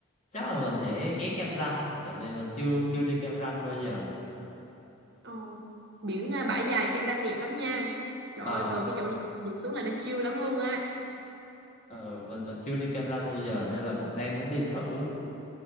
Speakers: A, on the left; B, on the right.
A: chắc là mình
B: ừ.
A: sẽ ghé Cam Ranh tại vì mình chưa chưa đi Cam Ranh bao giờ
B: Ồ. biển à, bãi dài kem ranh đẹp lắm nha trời
A: ờ
B: ơi từ cái chỗ đi dịp xuống là nó chill lắm luôn á
A: ừ, mình
B: ừ.
A: mình chưa đi Cam Ranh bao giờ nên là cũng đang muốn đi thử